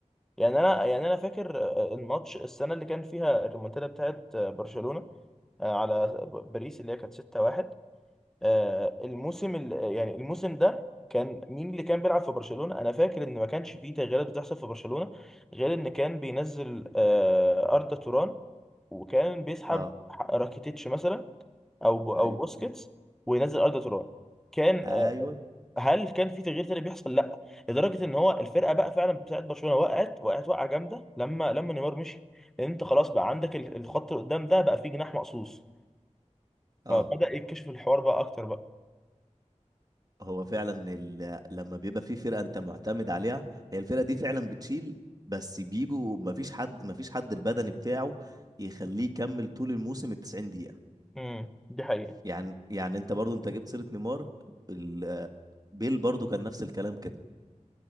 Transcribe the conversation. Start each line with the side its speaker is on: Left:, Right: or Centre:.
Centre: يعني انا يعني انا فاكر آه، الماتش السنه اللي كان فيها الريمونتادا بتاعت آه، برشلونه آه، على باريس اللي هي كانت 6-1 آه، الموسم ال- يعني الموسم ده كان مين اللي كان بيلعب في برشلونة انا فاكر ان ما كانش فيه تغييرات بتحصل في برشلونة غير ان كان بينزل آه، أردا توران وكان بيسحب
Right: اه
Centre: ح- راكيتيتش مثلا او ب- او
Right: ايوه
Centre: بوسكيتس وينزل أردا توران كان
Right: ايوه
Centre: آه، هل كان في تغيير تاني بيحصل؟ لا لدرجة ان هو الفرقة بقى فعلا بتاعت برشلونة وقعت وقعت وقعة جامدة لما لما نيمار مشي لان انت خلاص بقى عندك ال- الخط اللي قدام ده بقى فيه جناح مقصوص
Right: اه
Centre: فبدأ يكتشف الحوار بقى أكتر بقى
Right: هو فعلا ال... لما بيبقى في فرقه انت معتمد عليها هي الفرقه دي فعلا بتشيل بس بيجوا مفيش حد مفيش حد البدني بتاعه يخليه يكمل طول الموسم ال 90 دقيقه
Centre: امم دي حقيقة
Right: يعني يعني انت برضو انت جبت سيره نيمار ال... بيل برضو كان نفس الكلام كده